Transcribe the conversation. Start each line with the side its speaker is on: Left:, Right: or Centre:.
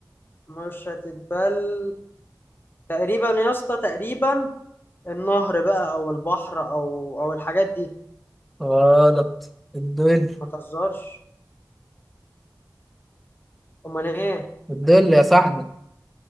Left: مش هتتبل تقريبا يا اسطى تقريبا النهر بقى او البحر او او الحاجات دي
Centre: غلط الظل
Left: ما تهزرش امال ايه
Centre: الظل يا صاحبي